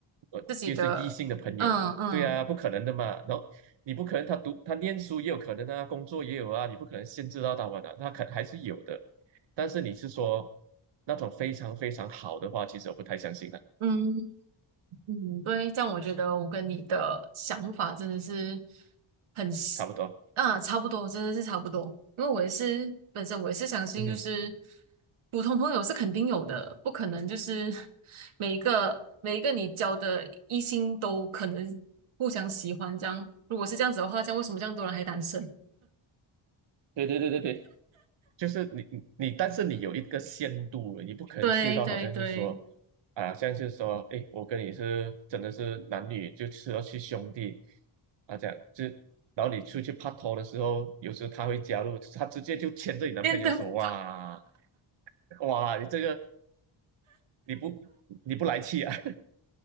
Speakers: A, on the right (about 60°); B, on the right (about 85°).
A: 呃就是异性的朋友，
B: 自己的，嗯嗯
A: 对啊，不可能的嘛。然后你不可能他读他念书也有可能啊，工作也有啊，你不可能限制到他们的，他可还是有的。但是你是说那种非常非常好的话，其实我不太相信的，
B: 嗯，嗯，对，这样我觉得我跟你的想法真的是很是，
A: 差不多。
B: 啊，差不多，真的是差不多。因为我也是本身我也是相信，
A: 嗯哼，
B: 就是普通朋友是肯定有的，不可能就是 <laughs> 每一个每一个你交的异性都可能互相喜欢这样。如果是这样子的话，这样为什么这样多人还单身？
A: 对对对对对。就是你你，但是你有一个限度了，你不可能去到好像是说，
B: 对对对，
A: 啊，像是说，诶，我跟你是真的是男女，就是要去兄弟，啊，这样就，然后你出去拍拖的时候，有时候他会加入，他直接就牵着你男朋友手，
B: 电灯，
A: 哇哇，你这个你不你不来气啊